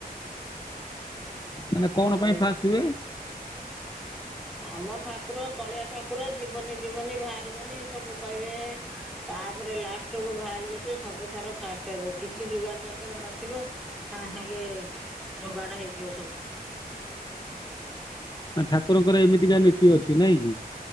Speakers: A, on the left (about 25°); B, in the centre.
A: ମାନେ କଣ
B: ହଉ।
A: ପାଇଁ ଫାଷ୍ଟ ହୁଏ?
B: ଆମ ଠାକୁର କଳିଆ ଠାକୁର ଜୀବନି ଜୀବନି ବାହାରିବନି ସବୁ କହିବେ। ତାପରେ ଲାଷ୍ଟ କୁ ବାହାରିବେ ଯେ ସବୁ ଥର ଫାଷ୍ଟ ହେବ କିଛି ଯୋଗାଡ ଯନ୍ତ୍ର ନଥିବ। ହଁ ସାଙ୍ଗେ ଯୋଗାଡ ହେଇଯିବ ସବୁ।
A: ନା ଠାକୁରଙ୍କର ଏମିତିକା ନୀତି ଅଛି ନାଇଁ କି।